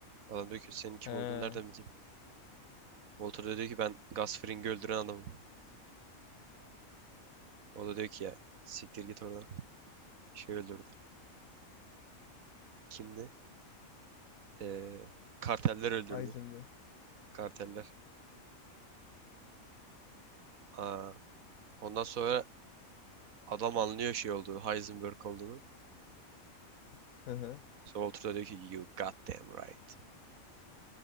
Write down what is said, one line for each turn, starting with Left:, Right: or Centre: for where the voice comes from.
Right: Adam diyor ki senin kim
Left: Ha,
Right: olduğunu nereden bileyim? Walter da diyor ki ben Gus Fring'i öldüren adamım. O da diyor ki ya siktir git oradan. Şey öldürdü. Kimdi? Ee, karteller öldürdü.
Left: Heisenberg.
Right: Karteller. Aa, ondan sonra adam anlıyor şey olduğu Heisenberg olduğunu.
Left: Hı hı.
Right: Sonra Walter da diyor ki you goddamn right.